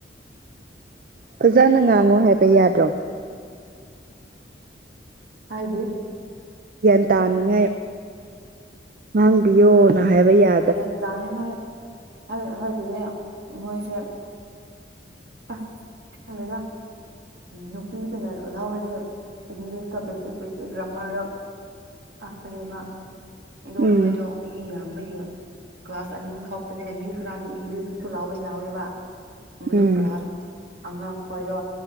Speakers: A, on the right; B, on the right.
A: ꯐꯖꯅ ꯉꯥꯡꯉꯣ ꯍꯥꯏꯕ ꯌꯥꯗ꯭ꯔꯣ
B: ꯍꯥꯏꯗꯤ
A: ꯒ꯭ꯌꯥꯟ ꯇꯥꯅꯤꯡꯉꯥꯏ ꯉꯥꯡꯕꯤꯌꯣ ꯅ ꯍꯥꯏꯕ ꯌꯥ
B: ꯒ꯭ꯌꯥꯟ ꯇꯥꯅꯤꯡꯉꯥꯏ ꯍꯧꯖꯤꯗꯤ <unintelligible> ꯃꯣꯏꯁꯦ ꯑ꯭ꯁ ꯈꯪꯗꯦꯗ ꯅꯨꯄꯤꯗꯨꯅ ꯂꯧꯎꯔꯗꯤ ꯏꯪꯂꯤꯁꯇ ꯕꯦꯁꯤꯛ ꯕꯦꯁꯤꯛ ꯒ꯭ꯔꯥꯃꯔꯗ ꯇꯥꯛꯄꯅꯦꯕ ꯑꯗꯣ
A: ꯎꯝ
B: ꯃꯣꯏꯗꯣ ꯃꯤ ꯌꯥꯝꯕ ꯒꯤ ꯀ꯭ꯂꯥꯁ ꯑꯅꯤ ꯊꯣꯛꯄꯅꯦ ꯃꯤ ꯈꯔꯗꯤ ꯏꯪꯂꯤꯁꯀꯤꯁꯨ ꯂꯥꯎꯕ ꯌꯥꯎꯋꯦꯕ ꯏꯪꯂꯤꯁ
A: ꯎꯝ
B: ꯀ꯭ꯂꯥꯁ ꯑꯉꯥꯡ ꯈ꯭ꯣꯏꯗꯣ